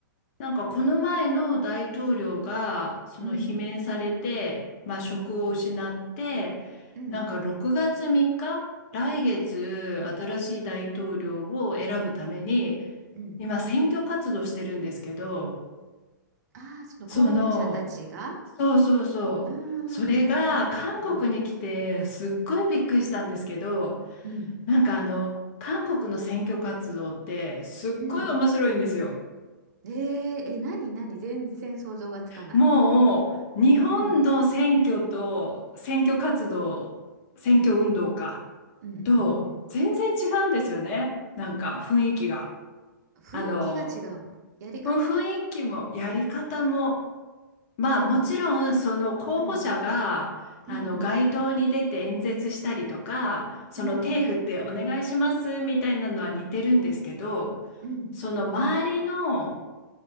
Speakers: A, on the left; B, on the right.
A: なんかこの前の大統領が、その罷免されて、
B: うん、
A: まあ職を失って、
B: うん、うんうん、
A: なんか6月3日、来月新しい大統領を選ぶために、
B: うん。
A: 今選挙活動してるんですけど、
B: ああ、その候補者たちが。
A: その、そうそうそう。
B: うんうんうん。
A: それが韓国に来てすっごいびっくりしたんですけど、
B: うんうん。
A: なんかあの、韓国の選挙活動ってすっごい面白いんですよ。
B: うんうん。えー、え、何何全然想像がつかない。
A: もう日本の選挙と選挙活動、
B: うん、
A: 選挙運動か
B: うん。うんうんうんうん。
A: と全然違うんですよね。なんか雰囲気が。
B: 雰囲気が違うの。
A: あの、
B: やり方
A: 雰囲気もやり方もまあもちろんその候補者があの街頭に出て演説したりとかその手振ってお願いしますみたいなのは似てるんですけど
B: 全部。うん、うん、うん、うん、うん。
A: その周りの